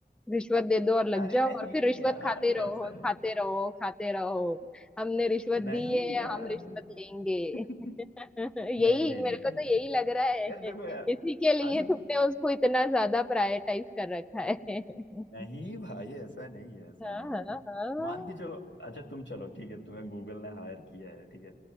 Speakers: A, in the centre; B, on the left.
A: रिश्वत दे दो और लग
B: अरे
A: जाओ
B: नहीं
A: और फिर रिश्वत
B: यार
A: खाते रहो
B: ऐसा नहीं
A: खाते रहो खाते रहो हमने रिश्वत
B: नहीं
A: दी है
B: यार
A: हम रिश्वत
B: <laughs>
A: लेंगे
B: नहीं
A: <laughs> यही
B: नहीं नहीं
A: मेरे
B: नहीं
A: को तो यही लग रहा है
B: यार देखो यार
A: इसी के लिए
B: आज
A: तुमने उसको इतना ज्यादा प्रायोरिटाइज कर रखा है <laughs>
B: नहीं भाई ऐसा नहीं है ऐसा
A: हाँ
B: नहीं है
A: हाँ हाँ
B: मान के चलो अच्छा तुम चलो ठीक है तुम्हें गूगल ने हायर किया है ठीक है